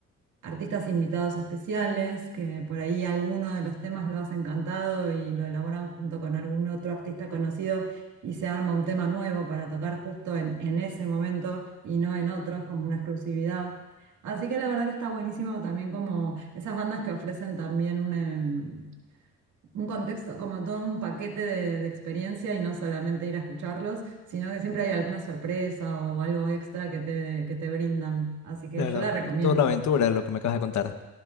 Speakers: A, on the right; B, on the left.
A: artistas invitados especiales, que por ahí alguno de los temas lo hacen cantado y lo elaboran junto con algún otro artista conocido y se arma un tema nuevo para tocar justo en, en ese momento y no en otros, como una exclusividad. Así que la verdad que está buenísimo también como esas bandas que ofrecen también un, em, un contexto, como todo un paquete de, de experiencia y no solamente ir a escucharlos, sino que siempre hay alguna sorpresa o algo extra que te, que te brindan. Así que
B: Claro,
A: yo la recomiendo.
B: es toda una aventura lo que me acabas de contar.